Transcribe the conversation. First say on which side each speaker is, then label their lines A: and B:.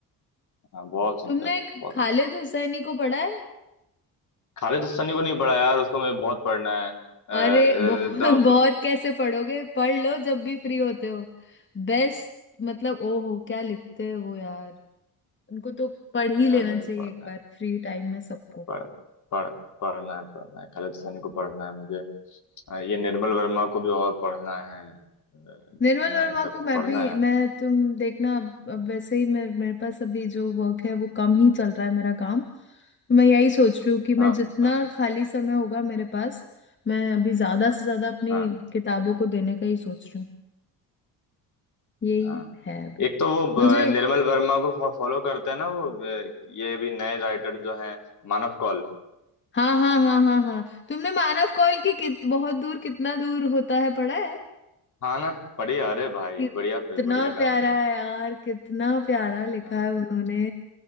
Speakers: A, on the left; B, on the left.
A: हाँ बहुत सुंदर
B: तुमने एक
A: बहुत
B: खालिद
A: सुंदर
B: हुसैनी को पढ़ा है
A: खालिद हसनी को नहीं पढ़ा यार उसको मुझे बहुत पढ़ना है
B: अरे
A: द
B: बहुत <laughs> बहुत कैसे पढ़ोगे पढ़ लो जब भी फ्री होते हो बेस्ट मतलब ओहो क्या लिखते हैं वो यार उनको तो पढ़ ही
A: हाँ यार
B: लेना
A: मुझे
B: चाहिए
A: पढ़ना
B: एक
A: है
B: बार फ्री टाइम में सबको
A: पढ़ पढ़ पढ़ना है पढ़ना है खालिद हसनी को पढ़ना है मुझे अ, ये निर्मल वर्मा को भी और पढ़ना है अ,
B: निर्मल
A: है ना
B: वर्मा
A: इन सबको
B: को मैं
A: पढ़ना
B: भी
A: है
B: मैं तुम देखना अब अब वैसे ही मेरे मेरे पास अभी जो वर्क है वो कम ही चल रहा है मेरा काम मैं यही सोच रही हूँ कि
A: हाँ
B: मैं जितना
A: हाँ
B: खाली समय होगा मेरे पास मैं अभी ज्यादा से ज्यादा अपनी
A: हाँ।
B: किताबों को देने का ही सोच रही हूँ यही
A: हाँ
B: है अभी
A: एक तो वो ब-
B: मुझे
A: निर्मल वर्मा को फॉलो करते हैं ना वो ब- ये भी नए राइटर जो हैं मानव कौल
B: हाँ हाँ हाँ हाँ हाँ तुमने मानव कौल की कित बहुत दूर कितना दूर होता है पढ़ा है
A: हाँ ना बढ़िया अरे भाई
B: कितना
A: बढ़िया फिर बढ़िया
B: प्यारा
A: कहानी है
B: है यार कितना प्यारा लिखा
A: हाँ
B: है उन्होंने